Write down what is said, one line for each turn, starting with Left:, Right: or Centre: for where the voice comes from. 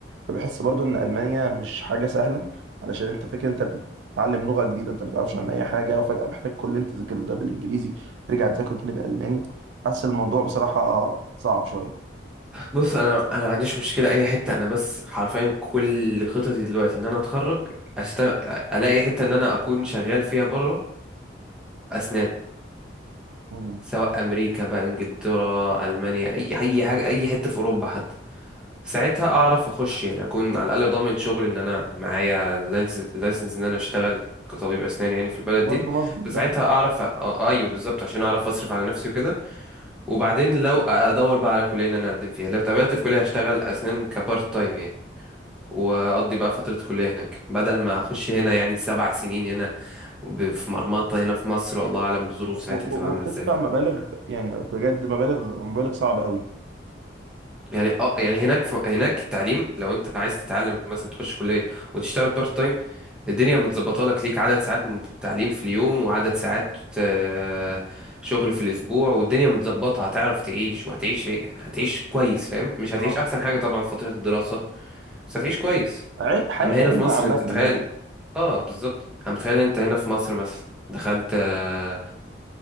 Right: فبحس برضو ان المانيا مش حاجه سهله علشان انت فاكر انت بتتعلم لغه جديده انت ما بتعرفش عن اي حاجه وفجاه محتاج كل اللي انت ذاكرته ده بالانجليزي ترجع تذاكره تاني بالالماني حاسس الموضوع بصراحه صعب شويه
Centre: بص أنا أنا ما عنديش مشكلة أي حتة أنا بس حرفيا كل خططي دلوقتي إن أنا أتخرج أشتغل ألاقي حتة إن أنا أكون شغال فيها بره أسنان
Right: مم.
Centre: سواء أمريكا بقى إنجلترا ألمانيا أي أي حاجة أي حتة في أوروبا حتى ساعتها اعرف اخش يعني اكون على الاقل ضامن شغل ان انا معايا لايسنس ان انا اشتغل كطبيب اسنان يعني في البلد
Right: وبرضه
Centre: دي
Right: مصدر
Centre: فساعتها
Right: دخل
Centre: اعرف أ- أ- ايوه بالظبط عشان اعرف اصرف على نفسي وكده وبعدين لو ادور بقى على كليه ان انا اقدم فيها لو اتقبلت في كليه هشتغل اسنان كبارت تايم يعني واقضي بقى فتره الكليه هناك بدل ما اخش هنا يعني سبع سنين هنا وب- في مرمطه هنا في مصر والله اعلم بظروف ساعتها
Right: و-
Centre: تبقى
Right: و-
Centre: عامله
Right: وبتدفع
Centre: ازاي
Right: مبالغ يعني بجد مبالغ مبالغ صعبة قوي
Centre: يعني اه يعني هناك ف... هناك التعليم لو انت عايز تتعلم مثلا تخش كليه وتشتغل بارت تايم الدنيا متظبطه لك ليك عدد ساعات م- تعليم في اليوم وعدد ساعات آه، شغل في الاسبوع والدنيا متظبطه هتعرف تعيش وهتعيش ايه، هتعيش كويس فاهم مش هتعيش
Right: اه
Centre: احسن حاجه طبعا في فتره الدراسه بس هتعيش كويس
Right: عيب- حياة
Centre: اما
Right: كريمة
Centre: هنا في مصر
Right: عامة
Centre: انت تخيل
Right: يعني
Centre: اه بالظبط اما تخيل انت هنا في مصر مثلا دخلت آه،